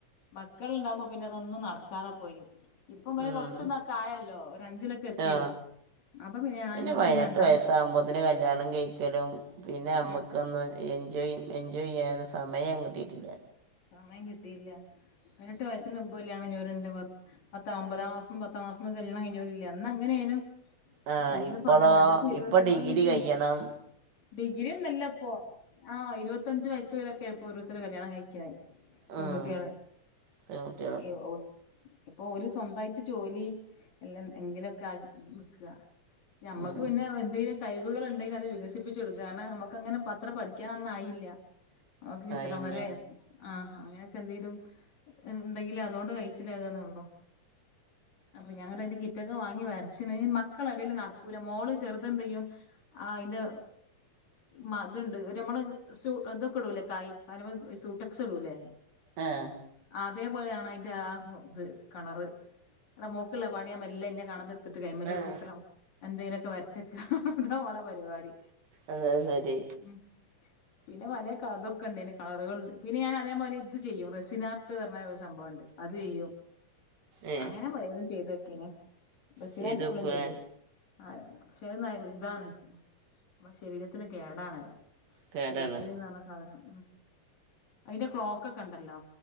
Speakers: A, on the left (about 60°); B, on the right (about 85°).
A: മക്കള്ണ്ടാകുമ്പ പിന്നെ അതൊന്നും നടക്കാതെ പോയി. ഇപ്പം വല
B: ഉം
A: കുറച്ചൊന്നൊക്കെ ആയല്ലോ ഒരു അഞ്ചിലൊക്കെ എത്തിയല്ലോ.
B: ആ
A: അപ്പ പിന്നെ ആ
B: പിന്നെ
A: എനിക്കിങ്ങനെ
B: പയിനെട്ട്
A: രണ്ടാമത്
B: വയസ്സാകുമ്പോഴത്തന് കല്ല്യാണം കഴിക്കലും പിന്നെ നമ്മുക്കൊന്ന്
A: ആഹ്
B: എൻജോയി എൻജോയി ചെയ്യാനൊന്നും സമയങ്ങട്ട് ഇല്ല.
A: സമയം കിട്ടിയില്ല. പതിനെട്ട് വയസ്സിന് മുമ്പ് കല്യാണം കഴിഞോരുണ്ട് പർഞ് പത്താ ഒമ്പതാം ക്ലാസും പത്താം ക്ലാസും ഒന്നും കല്ല്യാണം കഴിഞ്ഞവരില്ല. അന്നങ്ങനേയിനു.
B: ആ
A: ഇന്ന്പ്പതല്ല
B: ഇപ്പോളോ
A: ഇന്നിപ്പ ഇരുപത്തഞ്ചും
B: ഇപ്പോൾ ഡിഗ്രി കഴിയണം
A: ഡിഗ്രി ഒന്നല്ല ഇപ്പോ ആഹ് ഇരുപത്തഞ്ച് വയസിലൊക്കെ ഇപ്പോ ഓരോരുത്തര് കല്യാണം കഴിക്കണെ. പെൺകുട്ടിയള്
B: ഉം പെൺകുട്ടികൾ
A: എ ഓ ഇപ്പൊ ഓര് സ്വന്തായിട്ട് ജോലി എല്ലാം എന്തലും ആക്കി കൊടുക്കാ ഞമ്മക്ക്
B: ഉം
A: പിന്നെ എന്തെയ്യാൻ കഴിവുകള്ണ്ടെങ്കി അത് വികസിപ്പിച്ചു കൊടുക്ക. കാരണം നമ്മക്ക് അങ്ങനെ അത്ര പഠിക്കാനൊന്നും ആയില്ല ഓക്ക് ചിത്രം
B: ആയില്ല
A: വരേം ആഹ് അങ്ങനെയൊക്കെ എന്തെലും ഉണ്ടെങ്കില് അതോണ്ട് കയിച്ചിലാകാന്നൊള്ളൂ. അപ്പൊ ഞാൻ അയ്‌ന്റെ കിറ്റൊക്കെ വാങ്ങി വരച്ചിന്. മക്കള എടയില് നടക്കൂല മോള് ചെറുതന്തെയ്യും. ആഹ് അയിന്റെ മ ത്ണ്ട് മ്മള് സൂ ഇതൊക്കെ ഇടൂലേ കായി <unintelligible> ക്യൂട്ടെക്സ്ടൂലെ
B: ആഹ്
A: അതേപോലെയാണ് അതിന്റെ ആ ഇത് കളറ് ഇവിടെ മോക്കിള്ള പണിയ മെല്ല ഇന്നെ കാണാതെ ത്തിട്ട് കഴിയ്മല്
B: ആ
A: ചിത്രം എന്തെലൊക്കെ വരച്ചേക്ക അതാ ഓളെ പരിപാടി.
B: അത് ശരി
A: ഉം, പിന്നെ വലെ കതൊക്കെ ഉണ്ടയ്നി കളറുകൾണ്ട് പിന്നെ ഞാൻ അതേപോലെ ഇത് ചെയ്യും റെസിനാ പറഞ്ഞ ഒരു സംഭവണ്ട് അത് ചയ്യും
B: ഏ
A: അങ്ങനെ പലെതും ചെയ്തോക്കീനി. റസീനാട്ട്
B: ചെയ്ത്
A: ഇപ്പളും
B: നോക്കൂലേ
A: ചെയ്യും. ആ പക്ഷെ ഇതാണ് നമ്മുടെ ശരീരത്തിന് കേടാണല്ലോ.
B: കേടാണ്
A: റസീൻ ന്ന് പറഞ്ഞ സാദനം. അയിന്റെ ക്ലോക്കൊക്കെ ഇണ്ടല്ലോ